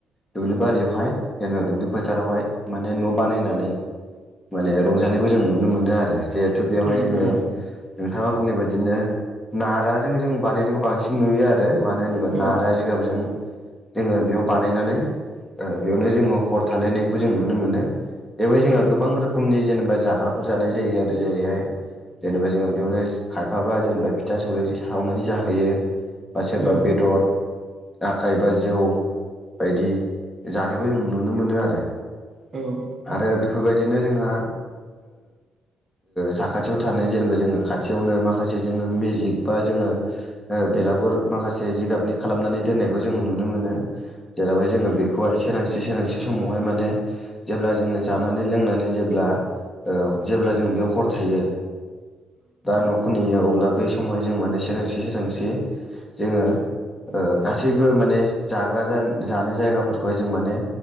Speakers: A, on the left; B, on the right.
A: दुब्लि बारियावहाय जेनेबा दुब्लि फोथारावहाय माने न' बानायनानै माने रंजानायखौ जों नुनो मोनो आरो जिहेथु बेवहाय
B: औ
A: जोङो
B: उम औ
A: नोंथाङा बुंनाय बायदिनो नाराजों जों बानायनायखौ बांसिन नुयो आरो मानो होनोब्ला
B: औ
A: नारा जिगाबजों जोङो बेयाव बानाय नानै ओ बेयावनो जों हर थालायनायबो जों नुनो मोन बेवहाय जोंहा
B: उम
A: गोबां रोखोमनि जेनेबा जाग्राफोर जानाय जायो आरो जेरैहाय जेनेबा जोङो बेयावनो खायफाबा जेनेबा फिथा सौर सावनानै जाहैयो। बा सोरबा
B: औ
A: बेदर आखाइ बा जौ बायदि जानायखौ जों नुनो मोनो आरो
B: औ औ
A: आरो बेफोरबायदि बिदिनो जोंहा साखाथियाव थानाय जेनेबा जोङो खाथियावनो माखासे जोङो मेजिक बा जोङो बेलागुर माखासे जिगाबनि खालामनानै दोननायखौ जोङो नुनो मोनो जेरावहाय जोङो बेखौहाय सोरांसि सोरांसि समाव बेवहाय माने जेब्ला जोङो जानानै लोंनानै जेब्ला ओ जेब्ला जों बेयाव हर थायो बा न'खर नेुयो अब्ला बै सम समाव जों माने सोरांसि सांसि जोङो ओ गासैबो माने जाग्रा जानाय जायगाफोरखौहाय जों माने